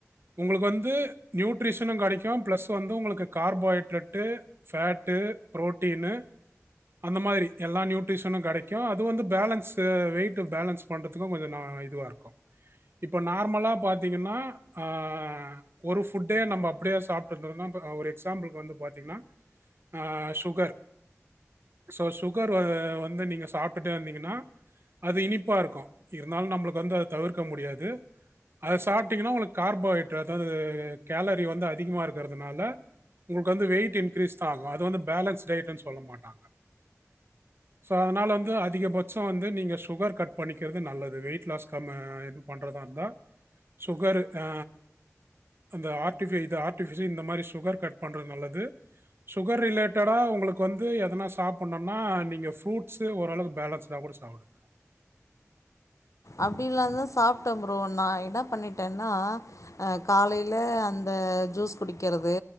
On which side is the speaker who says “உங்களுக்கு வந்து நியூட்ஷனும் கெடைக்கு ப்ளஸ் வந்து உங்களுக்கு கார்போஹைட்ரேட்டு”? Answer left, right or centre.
Right